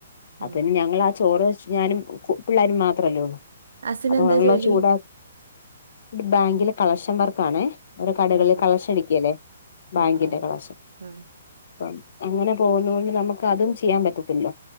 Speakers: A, on the left; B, on the right.
A: അ
B: ആഹ്
A: പിന്നെ ഞങ്ങ ആ ചോറ് വെച്ച്ഞാനും ഉപ്പം ഞാനും മാത്രല്ലേ ഉള്ളൂ
B: ഹസ്സിനെന്താ
A: അപ്പൊ വെള്ള
B: ജോലി
A: ഒഴിച്ച്ചൂട ഇ ബാങ്കിലെ കളക്ഷൻ വർക്കാണെ ഒരു കടകളിൽ
B: ഓഹ്
A: കളക്ഷനരിക്കില്ലെ ബാങ്കിലെ
B: ആഹ് ആഹ്
A: കളക്ഷൻ
B: ആഹ്
A: അപ്പം അങ്ങനെ പോകുന്നതോണ്ട് നമുക്ക് അതും ചെയ്യാൻ പറ്റത്തില്ല